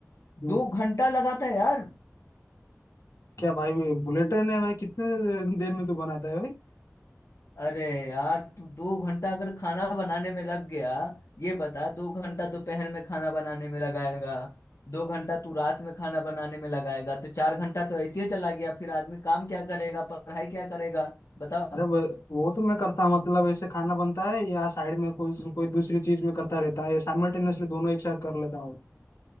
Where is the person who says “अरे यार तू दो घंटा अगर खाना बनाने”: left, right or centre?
Left